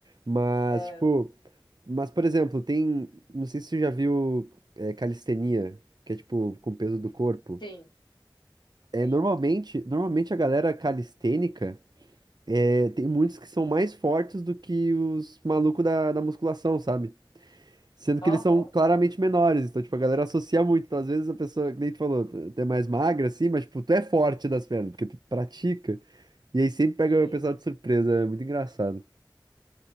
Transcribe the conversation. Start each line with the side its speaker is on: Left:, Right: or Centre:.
Right: Mas,
Left: É,
Right: tipo, mas, por exemplo, tem. Não sei se você já viu é, calistenia, que é tipo com peso do corpo.
Left: sim,
Right: É,
Left: sim.
Right: normalmente, normalmente a galera calistênica é, tem muitos que são mais fortes do que os malucos da, da musculação, sabe? Sendo
Left: Aham,
Right: que eles são claramente menores, então, tipo, a galera associa muito. Então, às vezes a pessoa, que nem tu falou, tu tu é mais magra, assim, mas, tipo, tu é forte das pernas, porque tu pratica. E aí sempre pega
Left: sim,
Right: o pessoal de surpresa, é muito engraçado.